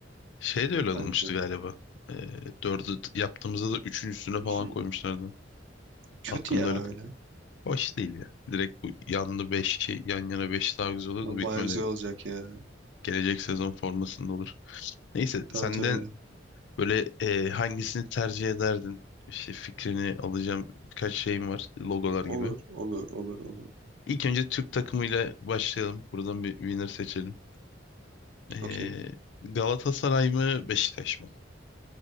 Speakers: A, on the left; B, on the right.
A: Şey de öyle olmuştu
B: Bence.
A: galiba. Ee, dördü t- yaptığımızda da üçün üstüne
B: Hı
A: falan
B: hı.
A: koymuşlardı.
B: Kötü
A: Aklımda
B: ya
A: öyle.
B: öyle.
A: kal- Hoş değil ya. Direkt bu yanlı 5 şey yan yana 5 daha güzel olur
B: Ama
A: da bitmeli.
B: Baya güzel olacak ya.
A: Gelecek sezon formasında olur. Neyse
B: Tabii
A: senden
B: tabii.
A: böyle e, hangisini tercih ederdin? İşte fikrini alacağım birkaç şeyim var. Logolar
B: Olur
A: gibi.
B: olur olur olur.
A: İlk önce Türk takımıyla başlayalım. Buradan bir winner seçelim. Ee,
B: Okey.
A: Galatasaray mı Beşiktaş mı?